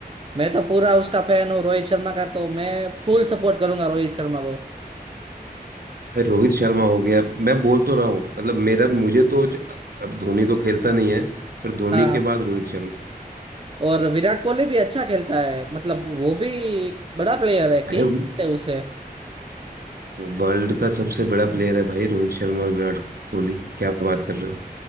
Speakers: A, on the right; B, on the right.
A: मैं तो पूरा उसका फैन हूँ रोहित शर्मा का तो मैं फुल सपोर्ट करूंगा रोहित शर्मा को
B: भाई रोहित शर्मा हो गया मैं बोल तो रहा हूँ मतलब मेरा मुझे तो च- अब धोनी तो खेलता नहीं है पर धोनी
A: हाँ
B: के बाद रोहित शर्मा
A: और विराट कोहली भी अच्छा खेलता है मतलब वो भी एक बड़ा प्लेयर है
B: अरे
A: किंग
B: वो
A: है उसे
B: वर्ल्ड का सबसे बड़ा प्लेयर है भाई रोहित शर्मा और विराट कोहली क्या बात कर रहे